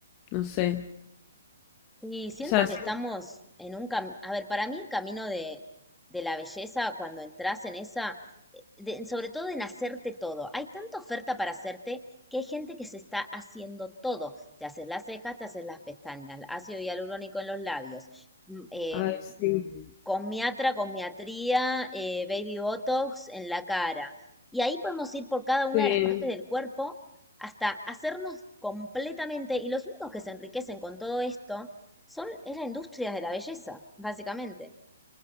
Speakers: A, on the left (about 30°); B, in the centre.
A: No sé.
B: Sí, siento
A: O sea, s-
B: que estamos en un camino, a ver, para mí el camino de, de la belleza, cuando entras en esa, eh, de- sobre todo en hacerte todo, hay tanta oferta para hacerte que hay gente que se está haciendo todo. Te haces las cejas, te haces las pestañas, ácido hialurónico en los labios, mm, em,
A: ay, sí.
B: comiatra, comiatría, eh, baby botox en la cara. Y ahí podemos ir por cada una
A: Sí.
B: de las partes del cuerpo hasta hacernos completamente, y los únicos que se enriquecen con todo esto son, es la industria de la belleza, básicamente.